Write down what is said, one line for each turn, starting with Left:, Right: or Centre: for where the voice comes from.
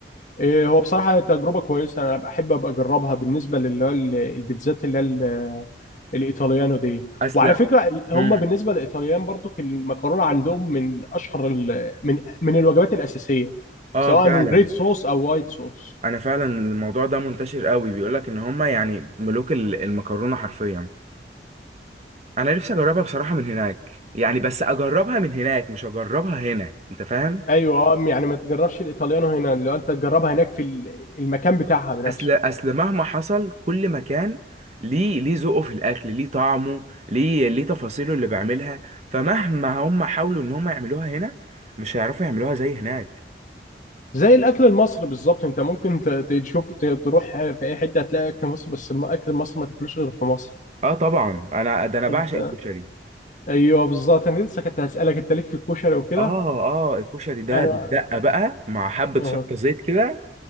Left: إيه هو بصراحه تجربه كويسه انا بحب ابقى اجربها بالنسبه للي هو ال- البيتزات اللي هي ال- الايطاليانو دي
Right: أسلم
Left: وعلى فكره ال- هم
Right: امم
Left: بالنسبه للايطاليان برضو المكرونه عندهم من اشهر ال... من من الوجبات الاساسيه
Right: اه
Left: سواء
Right: فعلا
Left: ريد صوص او وايت صوص
Right: انا فعلا الموضوع ده منتشر قوي بيقولك ان هما يعني ملوك ال- المكرونة حرفيا انا نفسي اجربها بصراحة من هناك يعني بس اجربها من هناك مش اجربها هنا انت فاهم
Left: ايوه اه يعني ما تجربش الايطاليانو هنا لو انت تجربها هناك في ال- المكان بتاعها بنفسه
Right: اصل اصل مهما حصل كل مكان ليه ليه ذوقه في الاكل ليه طعمه ليه ليه تفاصيله اللي بيعملها فمهما هم حاولوا ان هم يعملوها هنا مش هيعرفوا يعملوها زي هناك
Left: زي الاكل المصري بالظبط انت ممكن ت- تشوف ت- تروح في اي حته هتلاقي اكل مصر بس الم- اكل مصر ما تاكلوش غير في مصر
Right: اه طبعا انا ده انا بعشق
Left: انت
Right: الكشري
Left: ايوه بالظبط انا لسه كنت هسالك انت ليك في الكشري وكده
Right: اه اه الكشري ده
Left: انا
Right: بالدقه بقى مع حبه
Left: اه
Right: شطه زيت كده